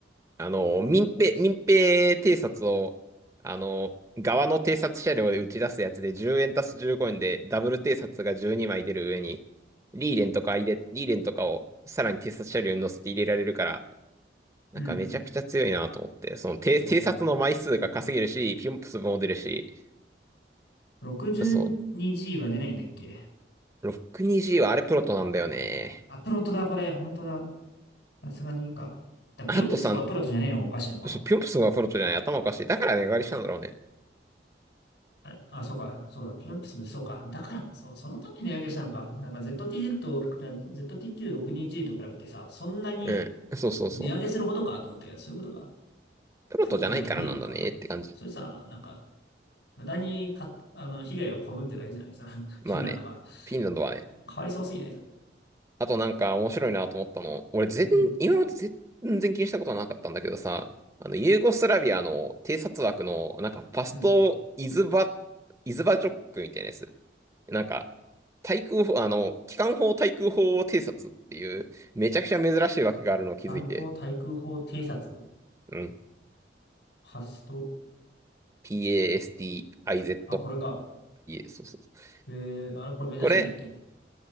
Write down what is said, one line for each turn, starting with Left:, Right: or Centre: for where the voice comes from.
Right: あの、民兵、民兵偵察を、あの、側の偵察車両で打ち出すやつで10円足す15円でダブル偵察が12枚出る上に、リーレンとか入れ、リーレンとかをさらに偵察車両に乗せて入れられるから、なんかめちゃくちゃ強いなと思って、
Left: うん。
Right: その偵、
Left: おー
Right: 偵察の枚数が稼げるし、ピョンプスも出るし、
Left: 62G
Right: そ
Left: は出ないんだっけ
Right: う、6 2 g はあれプロトなんだよね。
Left: あ、プロトだ、これ。本当だ。さすがにいいか。だ、ビヨンプスはプロトじゃねえのがおかしいのか。
Right: あとさ、そう、ピョンプスがプロトじゃない、頭おかしい。だから値上がりしたんだろうね。
Left: あれ、あ、そうか。そうだ。ビヨンプス、そうか。だから、そう、そのために値上げしたのか。なんか ZTZ と、な ZTQ62G と比べてさ、そんなに
Right: うん。そうそうそう。
Left: 値上げするほどかと思ったけど、そういうことか。
Right: プロトじゃないからなんだねって感じ。
Left: プロトじゃねえのか。それさ、なんか、無駄にか、あの、被害を被ってるだけじゃないですか。<laughs> そのフィンランドが。
Right: まあね、フィンランドはね、
Left: かわいそうすぎないそれ。
Right: あとなんか面白いなと思ったの、俺全、
Left: うん。
Right: 今まで全然気にしたことはなかったんだけどさ、あの、ユーゴスラビアの偵察枠の、なんかパストイズバ、
Left: うん。
Right: イズバジョックみたいなやつ。なんか、対空砲、あの、機関砲対空砲偵察っていう、めちゃくちゃ珍しい枠があるのを気づいて、
Left: 南方対空砲偵察、
Right: うん。
Left: パスト、
Right: PASTIZVIA、
Left: あ、これか。
Right: そうそうそう。
Left: えー、あれ、これ目指してたっけ
Right: これ、